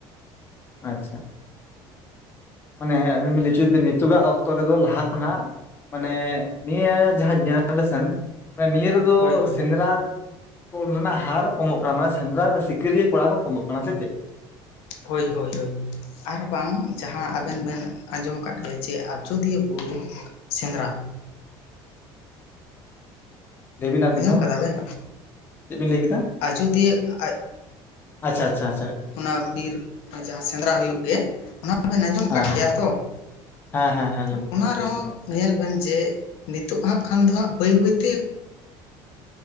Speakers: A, on the left; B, on the left.
A: ᱟᱪᱪᱷᱟ᱾ ᱢᱟᱱᱮ ᱟᱵᱤᱱ ᱵᱤᱱ ᱞᱟᱹᱭ ᱦᱚᱪᱚᱭᱮᱫᱟ ᱱᱤᱛᱚᱜᱼᱟᱜ ᱚᱠᱛᱚ ᱨᱮᱫᱚ ᱞᱟᱦᱟ ᱠᱷᱚᱱᱟᱜ ᱢᱟᱱᱮ ᱱᱤᱭᱟᱹ ᱡᱟᱦᱟᱸ ᱡᱮᱱᱟᱨᱮᱥᱮᱱ ᱢᱟᱱᱮ ᱱᱤᱭᱟᱹ ᱨᱮᱫᱚ
B: ᱦᱳᱭ ᱦᱳᱭ
A: ᱥᱮᱸᱫᱽᱨᱟ ᱠᱚ ᱨᱮᱱᱟᱜ ᱦᱟᱨ ᱠᱚᱢᱚᱜ ᱠᱟᱱᱟ, ᱢᱟᱱᱮ ᱥᱮᱸᱫᱽᱨᱟ ᱠᱚ ᱥᱤᱠᱟᱹᱨᱤᱭᱟᱹ ᱠᱚᱲᱟ ᱠᱚ ᱠᱚᱢᱚᱜ ᱠᱟᱱᱟ᱾ ᱥᱮ ᱪᱮᱫ?
B: ᱦᱳᱭ ᱦᱳᱭ ᱦᱳᱭ᱾ ᱟᱨ ᱵᱟᱝ ᱡᱟᱦᱟᱸ ᱟᱵᱮᱱ ᱵᱮᱱ ᱟᱸᱡᱚᱢ ᱟᱠᱟᱫ ᱜᱮᱭᱟ ᱡᱮ ᱟᱡᱳᱫᱤᱭᱟᱹ ᱵᱩᱨᱩ ᱥᱮᱸᱫᱽᱨᱟ᱾
A: ᱞᱟᱹᱭ ᱵᱤᱱ ᱟᱨ
B: ᱟᱸᱡᱚᱢ
A: ᱢᱤᱫ ᱫᱷᱟᱣ
B: ᱠᱟᱫᱟ ᱵᱮᱱ?
A: ᱪᱮᱫ ᱵᱤᱱ ᱞᱟᱹᱭ ᱠᱮᱫᱟ
B: ᱟᱡᱳᱫᱤᱭᱟᱹ ᱟᱡ
A: ᱟᱪᱪᱷᱟ ᱟᱪᱷᱟ ᱟᱪᱷᱟ᱾
B: ᱚᱱᱟ ᱵᱤᱨ ᱡᱟᱦᱟᱸ ᱥᱮᱸᱫᱽᱨᱟ ᱦᱩᱭᱩᱜ ᱜᱮ ᱚᱱᱟ ᱵᱮᱱ ᱟᱸᱡᱚᱢ ᱟᱠᱟᱫ
A: ᱦᱮᱸ
B: ᱜᱮᱭᱟ ᱛᱚ?
A: ᱦᱮᱸ ᱦᱮᱸ ᱦᱮᱸ ᱟᱸᱡᱚᱢ
B: ᱛᱚ ᱚᱱᱟ
A: ᱠᱟᱜ ᱜᱮᱭᱟᱞᱤᱧ
B: ᱨᱮᱦᱚᱸ ᱧᱮᱞ ᱵᱮᱱ ᱡᱮ ᱱᱤᱛᱚᱜ ᱦᱟᱸᱜ ᱠᱷᱟᱱ ᱫᱚ ᱦᱟᱸᱜ ᱵᱟᱹᱭ ᱵᱟᱹᱭᱛᱮ